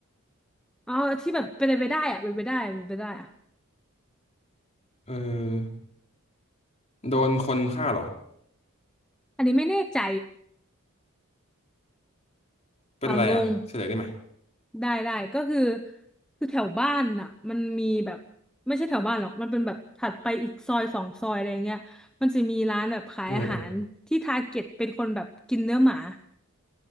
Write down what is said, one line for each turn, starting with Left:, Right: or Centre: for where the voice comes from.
Centre: อ๋อที่แบบเป็นไปได้อะเป็นไปได้เป็นไปได้อะ
Left: เออโดนคนฆ่าเหรอ
Centre: อันนี้ไม่แน่ใจ
Left: เป็นอะไรอ่ะเฉลยได้ไหม
Centre: เอองงได้ได้ก็คือคือแถวบ้านน่ะมันมีแบบไม่ใช่แถวบ้านหรอกมันเป็นแบบถัดไปอีกซอยสองซอยอะไรเงี้ยมันจะมีร้านแบบขายอาหารที่ทาร์เก็ตเป็นคนแบบกินเนื้อหมา
Left: เออเออ